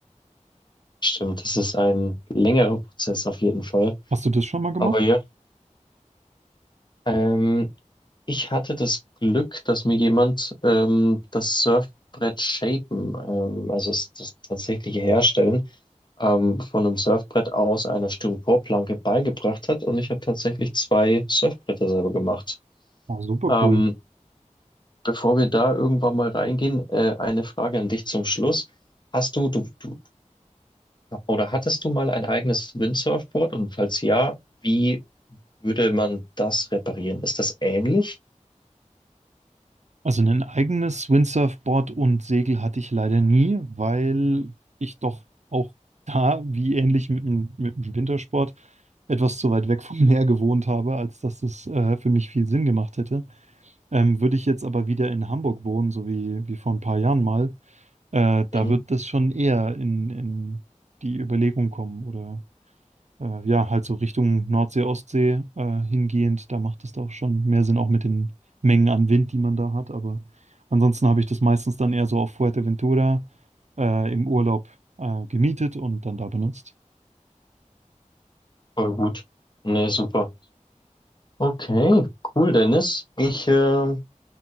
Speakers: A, on the left; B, on the right.
A: Stimmt, das ist ein längerer Prozess auf jeden Fall.
B: Hast du das schon mal gemacht?
A: Aber ja, ähm, ich hatte das Glück, dass mir jemand ähm, das Surfbrett shapen, ähm, also das, das tatsächliche Herstellen, ähm, von einem Surfbrett aus einer Styroporplanke beigebracht hat. Und ich habe tatsächlich zwei Surfbretter selber gemacht.
B: Oh, super
A: Ähm,
B: cool.
A: bevor wir da irgendwann mal reingehen, äh, eine Frage an dich zum Schluss. Hast du, du, du oder hattest du mal ein eigenes Windsurfboard? Und falls ja, wie würde man das reparieren? Ist das ähnlich?
B: Also ein eigenes Windsurfboard und Segel hatte ich leider nie, weil ich doch auch <laughs> da, wie ähnlich mit dem, mit dem Wintersport, etwas zu weit weg vom <laughs> Meer gewohnt habe, als dass es äh, für mich viel Sinn gemacht hätte. Ähm, würde ich jetzt aber wieder in Hamburg wohnen, so wie, wie vor ein paar Jahren mal, äh,
A: Mhm.
B: da wird das schon eher in, in die Überlegung kommen oder äh, ja, halt so Richtung Nordsee, Ostsee äh, hingehend, da macht es da auch schon mehr Sinn, auch mit den Mengen an Wind, die man da hat. Aber ansonsten habe ich das meistens dann eher so auf Fuerteventura äh, im Urlaub äh, gemietet und dann da benutzt.
A: Voll gut. Ne, super. Okay, cool, Dennis. Ich äh,